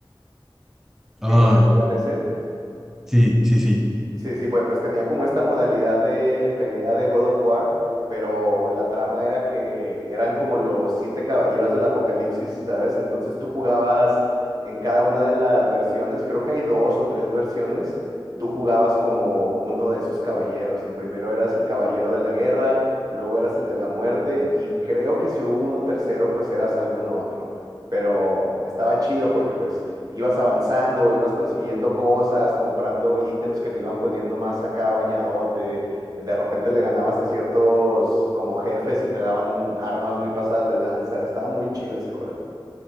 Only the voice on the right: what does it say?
¿Llegaste a jugar ese?
Sí, sí, pues, pues tenía como esta modalidad de pelea de God of War, pero la trama era que eran como los siete caballeros del Apocalipsis, ¿sabes? Entonces tú jugabas en cada una de las versiones, creo que hay dos o tres versiones, tú jugabas como uno de esos caballeros. En primero eras el caballero de la guerra, luego eras el de la muerte y creo que si hubo uno tercero, pues eras alguno otro. Pero estaba chido porque pues ibas avanzando, ibas consiguiendo cosas, comprando ítems que te iban poniendo más acá bañadote. De repente le ganabas a ciertos como jefes y te daban armas muy pasadas de lanza. Estaba muy chido ese juego.